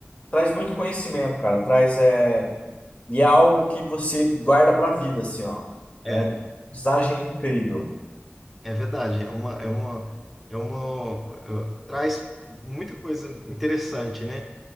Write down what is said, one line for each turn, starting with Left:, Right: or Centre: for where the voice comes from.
Left: Traz muito conhecimento, cara. Traz, é, E é algo que você guarda pra vida, assim, ó.
Centre: É,
Left: É uma aprendizagem incrível.
Centre: é verdade. É uma, é uma, é uma, eh, traz muita coisa interessante, né?